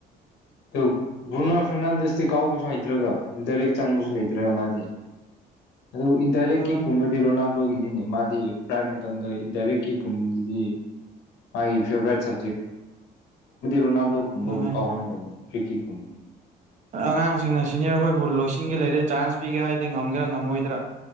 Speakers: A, on the left; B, on the right.
A: ꯑꯗꯨ ꯕ꯭ꯔꯨꯅꯥ ꯐꯦꯔꯅꯥꯟꯗꯁꯇꯤ ꯀꯥꯎꯕꯁꯨ ꯍꯩꯇ꯭ꯔꯒ ꯏꯟꯗꯥꯏꯔꯦꯛ ꯆꯪꯕꯁꯨ ꯂꯩꯇ꯭ꯔꯒ ꯃꯥꯗꯤ ꯑꯗꯨ ꯏꯟꯗꯥꯏꯔꯦꯛ
B: ꯑꯗꯨꯅ
A: ꯀꯤꯛꯀꯨꯝꯕꯗꯤ ꯔꯣꯅꯥꯜꯗꯣꯒꯤꯅꯤꯅꯦ ꯃꯥꯗꯤ ꯗꯤ ꯄ꯭ꯔꯥꯏ ꯃꯇꯝꯗ ꯏꯟꯇꯏꯔꯦꯀꯤꯤ ꯄꯗꯨꯗꯤ ꯥꯏ ꯐꯦꯕꯦ ꯁ ꯔꯣꯅꯥꯜꯣ ꯒꯨꯝꯕꯕꯨ
B: ꯑꯗꯨꯅꯦ
A: ꯀꯥꯎꯍꯟꯅꯗꯧꯔꯤꯅꯤ ꯐ꯭ꯤꯀꯤ ꯀꯨꯝꯗꯤ
B: ꯑꯉꯥꯡꯁꯤꯡꯅ ꯁꯤꯅꯤꯌꯔ ꯑꯩꯈꯣꯏꯕꯨ ꯂꯣꯏꯁꯤꯟꯒꯦ ꯂꯩꯔꯦ ꯆꯥꯟꯁ ꯄꯤꯒꯦ ꯍꯥꯏꯗꯤ ꯉꯝꯒꯦꯔꯥ ꯉꯝꯃꯣꯏꯗ꯭ꯔꯥ